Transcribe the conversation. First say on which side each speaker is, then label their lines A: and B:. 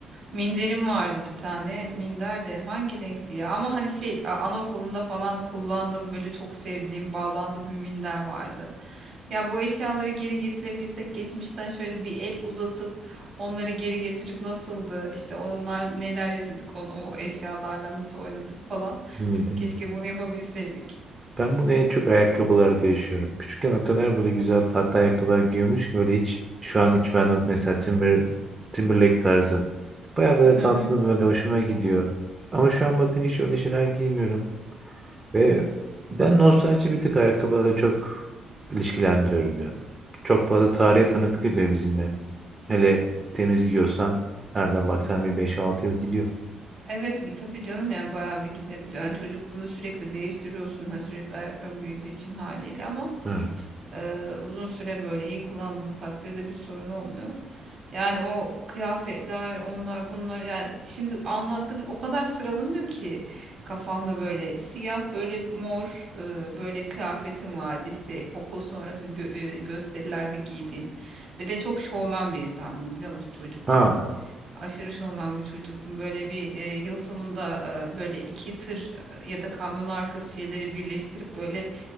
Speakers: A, on the right (about 45°); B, on the right (about 25°).
A: Minderim vardı bir tane. Minder de hangi renkti ya? Ama hani şey a- anaokulunda falan kullandığım böyle çok sevdiğim bağlandığım bir minder vardı. Ya bu eşyaları geri getirebilsek geçmişten şöyle bir el uzatıp onları geri getirip nasıldı? İşte onlar neler yaşadık on, o eşyalarla nasıl oynadık falan.
B: Değil mi, değil
A: Keşke
B: mi?
A: bunu yapabilseydik.
B: Ben bunu en çok ayakkabılarda yaşıyorum. Küçükken o kadar böyle güzel tatlı ayakkabılar giyiyormuş ki böyle hiç şu an hiç ben o- mesela Timber, Timberlake tarzı. Baya böyle
A: <laughs>
B: tatlı böyle hoşuma gidiyor. Ama şu an bakınca hiç öyle şeyler giymiyorum. Ve ben nostalji bir tık ayakkabılara çok ilişkilendiriyorum ya. Çok fazla tarihe tanıklık ediyor bizimle. Hele temiz giyiyorsan nereden baksan bir beş altı yıl gidiyor.
A: Evet ki tabii canım yani bayağı bir gidebiliyor. Yani çocukluğunda sürekli değiştiriyorsun. Hani sürekli ayakların büyüdüğü için haliyle ama
B: Evet.
A: e, uzun süre böyle iyi kullandığın takdirde bir sorun olmuyor. Yani o kıyafetler onlar bunlar yani şimdi anlattık o kadar sıralanıyor ki kafamda böyle siyah böyle mor e, böyle kıyafetim vardı işte okul sonrası gö- e, gösterilerde giydiğim. ve de çok şovmen bir insandım biliyor musun çocuktum.
B: Aa,
A: Aşırı şovmen bir çocuktum. Böyle bir e, yıl sonunda e, böyle iki tır e, ya da kamyon arkası şeyleri birleştirip böyle